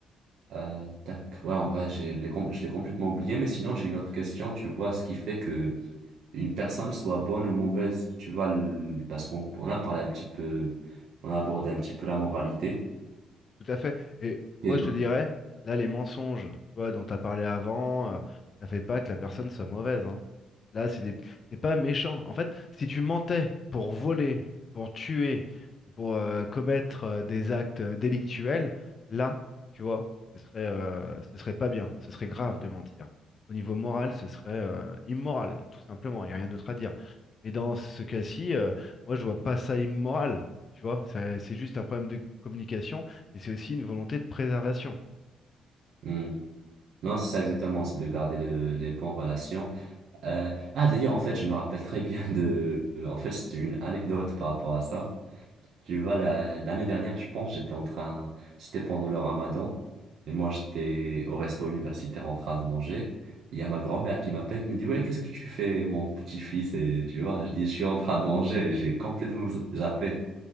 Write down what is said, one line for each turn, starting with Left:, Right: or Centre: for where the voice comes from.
Right: Euh, tac, ouais, en vrai, j'ai- je l'ai com- je l'ai complètement oublié, mais sinon, j'ai une autre question, tu vois, ce qui fait que une personne soit bonne ou mauvaise, tu vois, le- parce qu'on on a parlé un petit peu, on a abordé un petit peu la moralité.
Left: Tout à fait. Et moi,
Right: Ok.
Left: je te dirais, là, les mensonges, tu vois, dont tu as parlé avant, euh, ça fait pas que la personne soit mauvaise, hein. Là, c'est des... c'est pas méchant. En fait, si tu mentais pour voler, pour tuer, ou pour euh, commettre euh, des actes euh, délictuels, là, tu vois, ce serait, euh, ce serait pas bien, ce serait grave de mentir. Au niveau moral, ce serait euh, immoral, tout simplement. Il n'y a rien d'autre à dire. Mais dans ce cas-ci, euh, moi, je vois pas ça immoral. Tu vois, Ça- c'est juste un problème de communication, mais c'est aussi une volonté de préservation.
Right: Hmm. Non, c'est ça exactement, c'est de garder le- les bonnes relations. Euh, ah, d'ailleurs, en fait, je me rappelle très bien de... euh, En fait, c'était une anecdote par rapport à ça. Tu vois, la- l'année dernière, je pense, j'étais en train... C'était pendant le ramadan. Et moi, j'étais au resto universitaire en train de manger. Il y a ma grand-mère qui m'appelle, qui me dit, «Ouais, qu'est-ce que tu fais, mon petit-fils?» Et tu vois, je dis, «Je suis en train de manger» et j'ai complètement zappé.